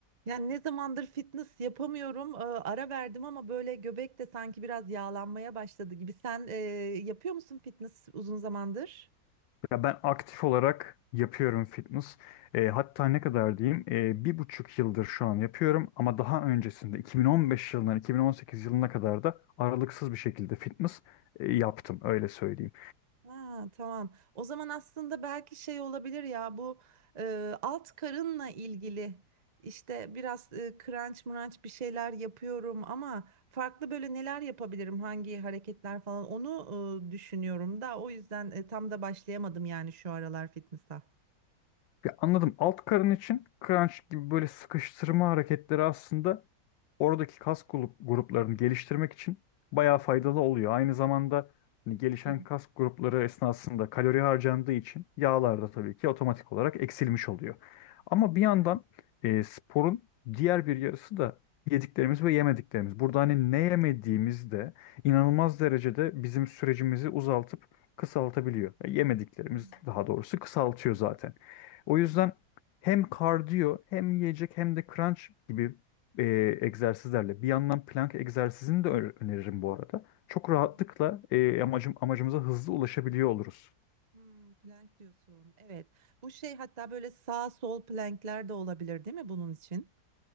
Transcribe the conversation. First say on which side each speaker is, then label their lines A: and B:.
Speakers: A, on the right; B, on the left.
A: Yani ne zamandır fitness yapamıyorum. Ee, ara verdim ama böyle göbek de sanki biraz yağlanmaya başladı gibi. Sen e, yapıyor musun fitness uzun zamandır?
B: Ya ben aktif olarak yapıyorum fitness. E, hatta ne kadar diyeyim e, bir buçuk yıldır şu an yapıyorum ama daha öncesinde 2015 yılından 2018 yılına kadar da aralıksız bir şekilde fitness e, yaptım öyle söyleyeyim.
A: Ha, tamam. O zaman aslında belki şey olabilir ya bu e, alt karınla ilgili işte biraz e, crunch mrunch bir şeyler yapıyorum ama farklı böyle neler yapabilirim hangi hareketler falan onu e, düşünüyorum da o yüzden e, tam da başlayamadım yani şu aralar fitness'a.
B: Ya anladım alt karın için crunch gibi böyle sıkıştırma hareketleri aslında oradaki kas grup, gruplarını geliştirmek için bayağı faydalı oluyor. Aynı zamanda hani gelişen
A: Hmm.
B: kas grupları esnasında kalori harcandığı için yağlar da tabii ki otomatik olarak eksilmiş oluyor. Ama bir yandan e, sporun diğer bir yarısı da yediklerimiz ve yemediklerimiz. Burada hani ne yemediğimiz de inanılmaz derecede bizim sürecimizi uzaltıp kısaltabiliyor. E, Yemediklerimiz
A: Hmm.
B: daha doğrusu kısaltıyor zaten. O yüzden hem kardiyo hem yiyecek hem de crunch gibi e, egzersizlerle. Bir yandan plank egzersizini de ö- öneririm bu arada. Çok rahatlıkla
A: Aha.
B: e, amacım, amacımıza hızlı ulaşabiliyor oluruz.
A: Hmm, plank diyorsun. Evet. Bu şey hatta böyle sağ sol plankler de olabilir değil mi bunun için?